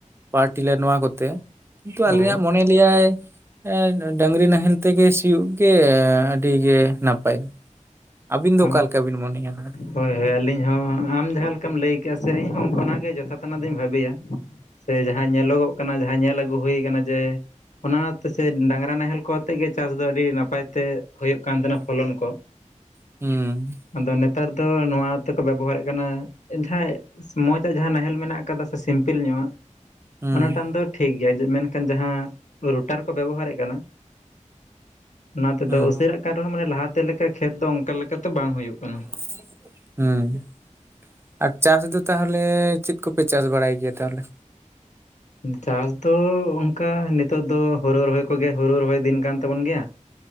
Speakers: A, on the right; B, on the left.
A: ᱯᱟᱨ ᱴᱤᱞᱟᱨ ᱱᱚᱣᱟ ᱠᱚᱛᱮ ᱠᱤᱱᱛᱩ
B: ᱦᱳᱭ
A: ᱟᱞᱤᱧᱟᱜ ᱢᱚᱱᱮ ᱞᱮᱭᱟᱭ ᱮᱸ ᱰᱟᱹᱟᱝᱨᱤ ᱱᱟᱦᱮᱞ ᱛᱮᱜᱮ ᱥᱤᱭᱳᱜ ᱜᱮ ᱟᱹᱰᱤ ᱜᱮ ᱱᱟᱯᱟᱭᱟ ᱟᱹᱵᱤᱱ ᱫᱚ
B: ᱦᱳᱭ
A: ᱚᱠᱟᱞᱮᱠᱟ ᱵᱤᱱ ᱢᱚᱱᱮᱭᱟᱱ ᱦᱟᱸᱜ
B: ᱦᱳᱭ ᱦᱳᱭ ᱟᱹᱞᱤᱧ ᱦᱚᱸ ᱟᱢ ᱡᱟᱦᱟᱸ ᱞᱮᱠᱟᱢ ᱞᱟᱹᱭ ᱠᱮᱜ-ᱟ ᱥᱮ ᱤᱧ ᱦᱚᱸ ᱚᱱᱟᱜ ᱜᱮ ᱡᱚᱛᱷᱟᱛᱱᱟᱜ ᱫᱚᱧ ᱵᱷᱟᱹᱵᱤᱭᱟ ᱥᱮ, ᱡᱟᱦᱟᱸ ᱧᱮᱞᱚᱜᱚᱜ ᱠᱟᱱᱟ, ᱡᱟᱦᱟᱸ ᱧᱮᱞ ᱟᱹᱜᱩ ᱦᱩᱭ ᱠᱟᱱᱟ, ᱡᱮ ᱚᱱᱟ ᱛᱮ ᱥᱮ, ᱰᱟᱝᱨᱟ ᱱᱟᱦᱮᱞ ᱠᱚ ᱟᱛᱮ ᱜᱮ, ᱪᱟᱥ ᱫᱚ, ᱟᱹᱰᱤ ᱱᱟᱯᱟᱭ ᱛᱮ, ᱦᱩᱭᱩᱜ ᱠᱟᱱ ᱛᱟᱦᱮᱱᱟ, ᱯᱷᱚᱞᱚᱱ ᱠᱚ
A: ᱦᱩᱸᱻ ᱾
B: ᱟᱫᱚ, ᱱᱮᱛᱟᱨ ᱫᱚ, ᱱᱚᱣᱟ ᱦᱚᱸᱛᱮ ᱠᱚ, ᱵᱮᱵᱚᱦᱟᱨᱮᱫ ᱠᱟᱱᱟ, ᱡᱟᱦᱟᱸᱭ ᱢᱚᱸᱡᱽ ᱛᱮ, ᱡᱟᱦᱟᱸᱭ ᱦᱟᱜ, ᱱᱟᱦᱮᱞ ᱢᱮᱱᱟᱜ ᱟᱠᱟᱫᱟ ᱥᱮ, ᱥᱤᱢᱯᱤᱞ ᱧᱚᱜᱟᱜ,
A: ᱦᱩᱸ
B: ᱚᱱᱟ ᱴᱟᱱ ᱫᱚ, ᱴᱷᱤᱠ ᱜᱮᱭᱟ, ᱢᱮᱱ ᱮᱠᱷᱟᱱ, ᱡᱟᱦᱟᱸ ᱨᱩᱴᱟᱨ ᱠᱚ, ᱵᱮᱵᱚᱦᱟᱨᱮᱜ ᱠᱟᱱᱟ ᱚᱱᱟ ᱛᱮᱫᱚ,
A: ᱦᱩᱸ
B: ᱩᱥᱟᱹᱨᱟᱜ ᱠᱟᱱ ᱨᱮᱦᱚᱸ, ᱢᱟᱱᱮ, ᱞᱟᱦᱟᱛᱮ ᱞᱮᱠᱟ, ᱠᱷᱮᱛ ᱫᱚ, ᱚᱱᱠᱟ ᱞᱮᱠᱟᱛᱮ, ᱵᱟᱝ ᱦᱩᱭᱩᱜ ᱠᱟᱱᱟ ᱾
A: <unintelligible> ᱦᱩᱸᱻ ᱾ ᱟᱨ ᱪᱟᱥ ᱫᱚ, ᱛᱟᱦᱚᱞᱮ, ᱪᱮᱫ? ᱠᱚᱯᱮ, ᱪᱟᱥ ᱵᱟᱲᱟᱭ ᱜᱮᱭᱟ, ᱛᱟᱦᱚᱞᱮ
B: ᱩᱸᱻ ᱪᱟᱞ ᱛᱚ ᱚᱱᱠᱟ, ᱱᱤᱛᱚᱜ ᱫᱚ, ᱦᱩᱲᱩ ᱨᱚᱦᱚᱭ ᱠᱚᱜᱮ, ᱦᱩᱲᱩ ᱨᱚᱦᱚᱭ ᱫᱤᱱ ᱠᱟᱱ, ᱛᱟᱵᱚᱱ ᱜᱮᱭᱟ ᱾